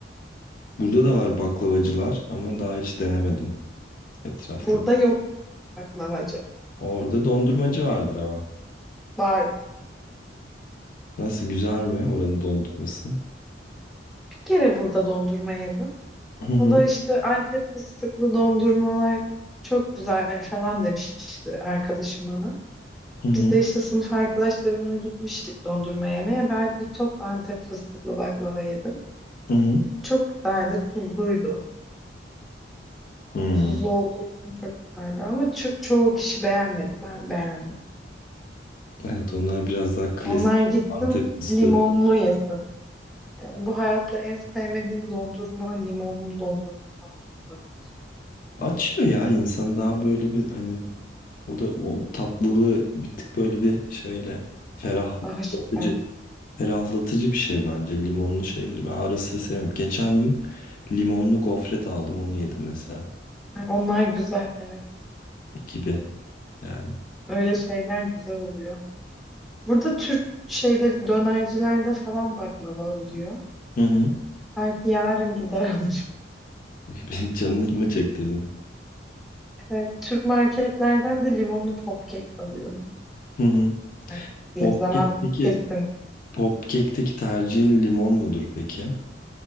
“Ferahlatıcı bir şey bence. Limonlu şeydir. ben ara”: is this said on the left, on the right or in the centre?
Left